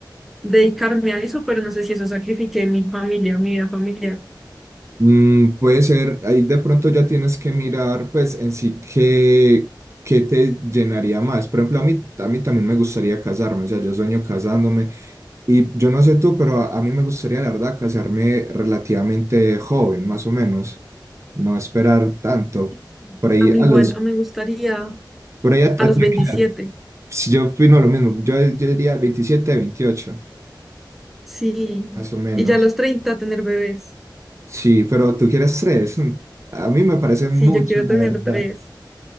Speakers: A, in the centre; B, on the right.
A: dedicarme a eso, pero no sé si eso sacrifique mi familia, mi vida familiar.
B: Mm, puede ser, ahí de pronto ya tienes que mirar, pues en sí, qué, qué te llenaría más. Por ejemplo, a mí, a mí también me gustaría casarme, o sea, yo sueño casándome. Y yo no sé tú, pero a, a mí me gustaría, la verdad, casarme relativamente joven, más o menos. No esperar tanto.
A: Sí,
B: Por ahí
A: A mí
B: a
A: igual,
B: los,
A: me gustaría
B: por ahí a, a ti
A: A los veintisiete
B: a qué edad? Sí, Yo opino lo mismo, yo, yo diría 27, 28
A: sí.
B: más o menos.
A: Y ya a los 30 tener bebés.
B: Sí, pero tú quieres tres. mm. A mí me parece mucho,
A: Sí, yo quiero
B: la
A: tener
B: verdad.
A: tres.